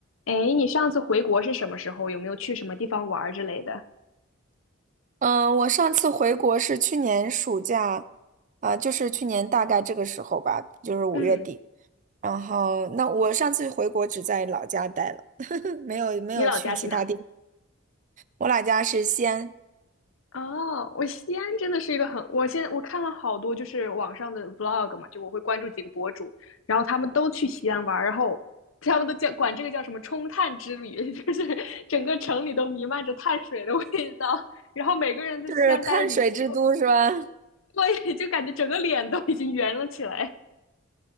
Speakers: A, on the left; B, on the right.
A: 哎，你上次回国是什么时候？有没有去什么地方玩儿之类的？
B: 嗯，我上次回国是去年暑假，啊、就是去年大概这个时候吧，就是五月底。
A: 嗯，
B: 然后，那我上次回国只在老家待了，<laughs> 没有没有去其他地。
A: 你老家是哪儿？
B: 我老家是西安，
A: 哦，我西安真的是一个很，我现在我看了好多就是网上的 vlog 嘛，就我会关注几个博主，然后他们都去西安玩儿，然后他们都叫管这个叫什么冲碳之旅，<laughs> 就是整个城里都弥漫着碳水的味道，然后每个人在西安待了几天之后，
B: 就是碳水之都，
A: 就，
B: 是吧？<laughs>
A: 对，就感觉整个脸都已经圆了起来。